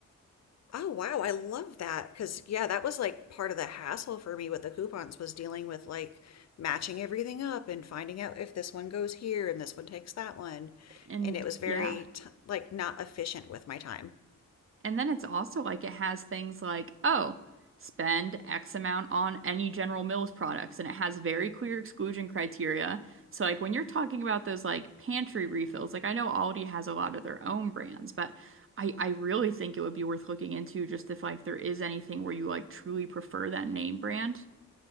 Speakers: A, on the left; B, on the right.
A: Oh, wow. I love that. 'Cause yeah, that was like part of the hassle for me with the coupons was dealing with like matching everything up and finding out if this one goes here and this one takes that one.
B: And
A: And it was very
B: yeah.
A: t like not efficient with my time.
B: And then it's also like it has things like, oh, spend X amount on any General Mills products. And it has very clear exclusion criteria. So, like, when you're talking about those like pantry refills, like I know Aldi has a lot of their own brands, but I, I really think it would be worth looking into just if like there is anything where you like truly prefer that name brand.